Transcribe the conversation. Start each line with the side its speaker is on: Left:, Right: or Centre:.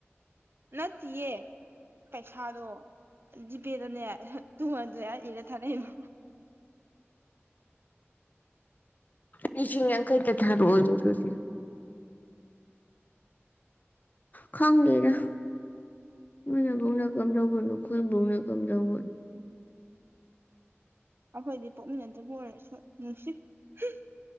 Right: ꯅꯠꯇꯤꯌꯦ ꯄꯩꯁꯥꯗꯣ ꯖꯤꯄꯦꯗꯅꯦ ꯇꯨꯍꯟꯗ꯭ꯔꯦꯠꯗ ꯍꯥꯏꯔ ꯏꯔ ꯊꯥꯔꯛꯏꯕ
Left: ꯂꯤꯁꯤꯡ ꯌꯥꯡꯈꯩꯇ ꯊꯥꯔꯛ ꯑꯣꯌꯣ ꯑꯗꯨꯗꯤ ꯈꯪꯗꯦꯗ ꯅꯣꯏ ꯑꯗꯨꯅ ꯀꯝꯗꯧꯕꯅꯣ ꯈꯣꯏ ꯕꯣꯛꯅ ꯀꯝꯗꯧꯕꯅꯣ
Right: ꯑꯩꯈꯣꯏꯗꯤ ꯄꯣꯛꯃꯤꯟꯅꯗꯕ ꯑꯣꯏꯔꯁꯨ ꯅꯨꯡꯁꯤ <unintelligible>